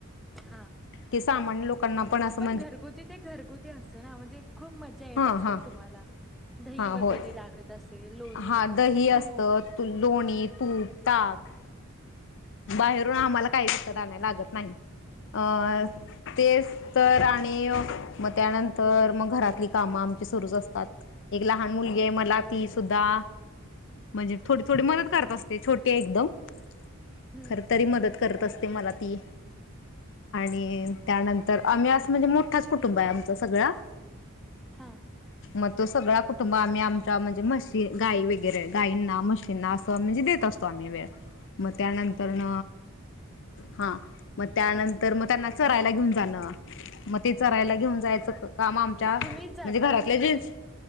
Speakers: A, in the centre; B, on the left.
A: हा ह
B: कि सामान्य लोकांना
A: म्हणजे
B: असं
A: पण घरगुती ते घरगुती असते ना म्हणजे खूप मज्जा येत
B: हा
A: असेल.
B: हा
A: तुम्हाला दही,
B: हा
A: वगैरे
B: होय
A: लागत असेल लोणी,
B: हा दही असतं
A: तूप.
B: लोणी तूप ताक बाहेरून आम्हाला <inaudible> काही विकत आनायला लागत नाही अ
A: हो
B: <inaudible> तेच तर आणि मग त्यानंतर मग घरातली कामं आमची सुरूच असतात एक लहान मुलगी आहे मला अ ती सुुद्धा म्हणजे थोडी थोडी मदत करत असते छोटी हाय एकदम खर
A: हम्म
B: तरी मदत करत असत ते मला ती आणि त्यानंतर आम्ही असं म्हणजे मोठाच कुटुंब आहे सगळा
A: हा
B: मग तो सगळा कुटुंब आम्ही आमच्या म्हणजे म गाई वगरै गाईंना मशींना असं म्हणजे देत असतो आम्ही वेळ मग त्यानंतर
A: हो
B: न
A: वा
B: हा मग त्यानंतर मग त्यांना चरायला घेऊन जाणं मग ते चरायला घेऊन जायचं काम आमच्या
A: तुम्हीच जाताय
B: म्हणजे घरातल्या जेन्स
A: तुम्ही